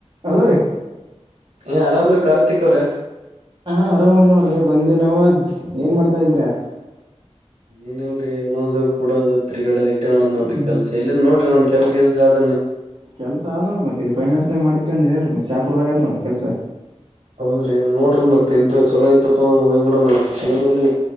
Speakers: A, on the right; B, on the right.
A: ಹಲೋ ರೀ
B: ಏ ಆರಾಮ್ರೀ ಕಾರ್ತಿಕ್ ಅವರೇ
A: ಹಾ ಆರಾಮ್ ಅದ್ದೇನ್ ನೋಡ್ರಿ ಬಂದೆ ನವಾಜ್ ಏನ್ ಮಾಡ್ತಾ ಇದೀರಾ
B: ಹಾ ಏನಿಲ್ರೀ ಉಣೊದು ಕೂಡದು ತಿರುಗ್ಯಾಡದು ಮತ್ ಏನ್ ನಡದ ನೋಡ್ರಿ
A: ಹ್ಮ್
B: ಕೆಲಸ ಎಲ್ಲಿ ನೋಡ್ರಿ ಕೆಲಸ ಗಿಲಾಸ ಆದಾನ
A: ಕೆಲಸ ಆದ ನೋಡ್ರ ರೀ ಮತ್ ಇಲ್ಲಿ ಫೈನಾನ್ಸ್ ನಾಗ ಮಾಡತೀರಿ ಹೇಳ್ರರಿ ಮತ್ತ್ ಶಹಾಪುರದಾಗ ಅದ್ ನೋಡ್ರಿ ಕೆಲಸ
B: ಹೌದ್ರಿ ನೋಡ್ರಿ ಮತ್ ಇಂತ ಚಲೋ ಇತ್ತಪ್ಪ ಅಂದ್ರೆ ಹೋಗಿಬಿಡನ್ ಮತ್ ಏನಿಲ್ಲಾ